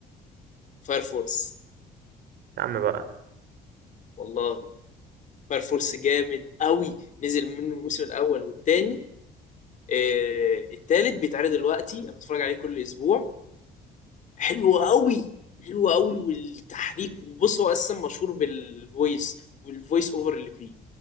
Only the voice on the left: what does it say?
فاير فورس
والله فاير فورس جامد قوي نزل منه الموسم الاول والتاني آه، التالت بيتعرض دلوقتي انا بتفرج عليه كل اسبوع حلو قوي حلو قوي والتحريك بص هو اصلا مشهور بالفويس والفويس اوفر اللي فيه